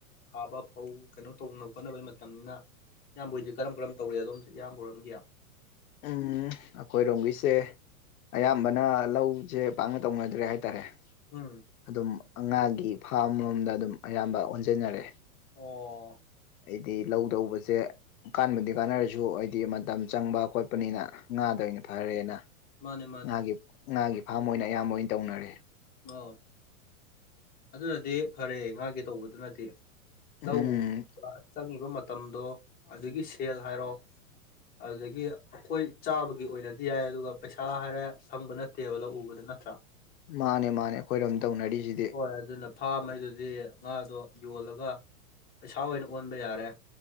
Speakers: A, on the left; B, on the left.
A: ꯐꯥꯕ ꯐꯧ ꯀꯩꯅꯣ ꯇꯧꯅꯕ ꯈꯣꯠꯅꯕꯩ ꯃꯇꯝꯅꯤꯅ ꯏꯕꯕꯨꯣꯏꯗꯤ ꯀꯔꯝ ꯀꯔꯝ ꯇꯧꯔꯤꯦ ꯑꯗꯣꯝꯦ ꯏꯕꯨꯔꯣꯝꯒꯦ
B: ꯎꯝ ꯑꯩꯈꯣꯏꯔꯣꯝꯕꯤꯁꯦ ꯑꯌꯥꯝꯕꯅ ꯂꯧꯁꯦ ꯄꯥꯛꯅ ꯇꯧꯅꯗ꯭ꯔꯦ ꯍꯥꯏꯇꯥꯔꯦ
A: ꯎꯝ
B: ꯑꯗꯨꯝ ꯑꯉꯥꯒꯤ ꯐꯥꯝ ꯂꯣꯝꯗ ꯑꯗꯨꯝ ꯑꯌꯥꯝꯕ ꯑꯣꯟꯁꯤꯟꯅꯔꯑꯦ
A: ꯑꯣ
B: ꯍꯥꯏꯗꯤ ꯂꯧ ꯇꯧꯕꯁꯦ ꯀꯕꯨꯗꯤ ꯀꯥꯟꯅꯔꯁꯨ ꯍꯥꯏꯗꯤ ꯃꯇꯝ ꯆꯪꯕ ꯈꯣꯠꯄꯅꯤꯅ ꯉꯥꯗꯅꯤ ꯐꯔꯦꯅ
A: ꯃꯥꯅꯦ ꯃꯥꯅꯦ
B: ꯉꯥꯒꯤ ꯉꯥꯒꯤ ꯐꯥꯔꯝ ꯑꯣꯏꯅ ꯑꯌꯥꯝꯕ ꯑꯣꯏꯅ ꯇꯧꯅꯔꯦ
A: ꯑꯣ ꯑꯗꯨꯅꯗꯤ ꯐꯔꯦ ꯉꯥꯒꯤꯦ ꯇꯧꯕꯗꯨꯅꯗꯤ ꯂꯧ
B: ꯎꯝ
A: ꯎꯕ ꯆꯪꯉꯤꯕ ꯃꯇꯝꯗꯣ ꯑꯗꯨꯒꯤ ꯁꯦꯜ ꯍꯥꯏꯔꯣ ꯑꯗꯨꯗꯒꯤ ꯑꯩꯈꯣꯏ ꯆꯥꯕꯒꯤ ꯑꯣꯏꯅꯗꯤ ꯌꯥꯏ ꯑꯗꯨꯒ ꯄꯩꯁꯥ ꯍꯥꯏꯔ ꯐꯪꯕ ꯅꯠꯇꯦꯕ ꯂꯧ ꯎꯕꯗ ꯅꯠꯇ꯭ꯔꯥ
B: ꯃꯥꯅꯦ ꯃꯥꯅꯦ ꯑꯩꯈꯣꯏꯔꯣꯝ ꯇꯧꯅꯔꯤꯁꯤꯗꯤ
A: ꯍ ꯑꯗꯨꯅ ꯐꯥꯝꯉꯩꯗꯨꯗꯤ ꯉꯥꯗꯣ ꯌꯣꯜꯂꯒ ꯄꯩꯁꯥ ꯑꯣꯏꯅ ꯑꯣꯟꯕ ꯌꯥꯔꯦ